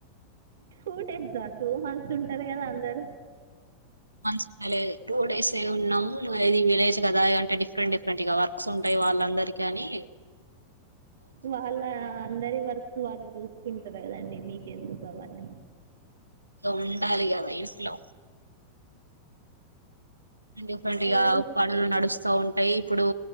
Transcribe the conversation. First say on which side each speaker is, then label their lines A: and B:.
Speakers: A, on the right; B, on the right.
A: టూ డేసా టూ మంత్స్ ఉంటరు కదా అందరు
B: టూ మంత్స్ ఉండలేదు టూ డేసే ఉన్నం. ఇది విలేజ్ కదా అంటే డిఫరెంట్ డిఫరెంట్ ఇగ వర్క్స్ ఉంటయి. ఇగ వాళ్ళందరికీ అనీ
A: వాళ్ళ అందరి వర్క్స్ వాళ్ళు చూస్కుంటర్ కదండి మీ కెందుకు అవన్నీ
B: ఇగ ఉండాలి గదా ఇంట్లో డిఫరెంట్గా
A: ఎందుకు
B: పనులు నడుస్తా ఉంటయి ఇప్పుడూ